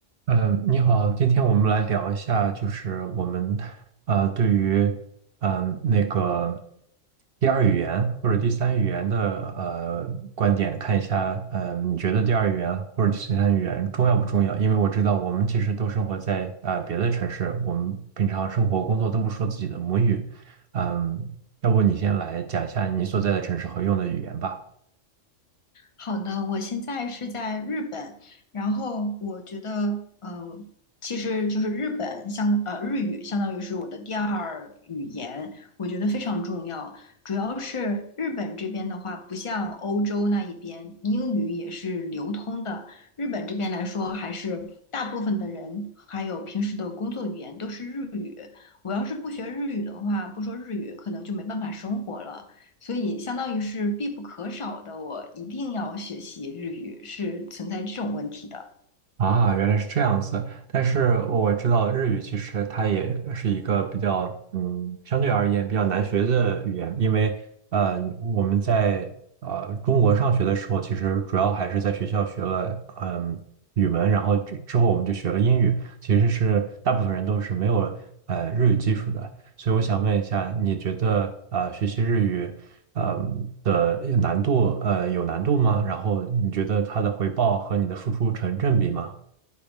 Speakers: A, on the right; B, on the left.
A: 嗯，你好，今天我们来聊一下，就是我们呃对于嗯、呃那个第二语言或者第三语言的呃观点，看一下，嗯你觉得第二语言或者第三语言重要不重要？因为我知道我们其实都生活在呃别的城市，我们平常生活工作都不说自己的母语，嗯、要不你先来讲一下你所在的城市和用的语言吧。
B: 好的，我现在是在日本，然后我觉得，嗯、其实就是日本相呃日语相当于是我的第二语言，我觉得非常重要。主要是日本这边的话，不像欧洲那一边英语也是流通的，日本这边来说，还是大部分的人还有平时的工作语言都是日语。我要是不学日语的话，不说日语，可能就没办法生活了。所以相当于是必不可少的，我一定要学习日语，是存在这种问题的。
A: 啊，原来是这样子。但是我知道日语其实它也是一个比较，嗯，相对而言比较难学的语言，因为呃，我们在呃中国上学的时候，其实主要还是在学校学了嗯语文，然后之之后我们就学了英语，其实是大部分人都是没有呃日语基础的。所以我想问一下，你觉得呃学习日语呃的难度呃有难度吗？然后你觉得它的回报和你的付出成正比吗？